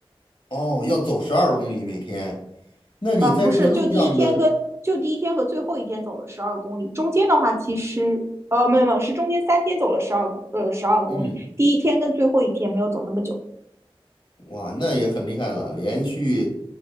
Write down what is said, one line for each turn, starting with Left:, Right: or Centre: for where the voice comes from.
Left: 哦，要走十二公里每天。那你在这个路上的，
Right: 嗯，不是，就第一天跟就第一天和最后一天走了十二公里，中间的话其实呃没有没有，是中间三天走了十二公呃十二公里，
Left: 嗯，
Right: 第一天跟最后一天没有走那么久，
Left: 哇，那也很厉害了，连续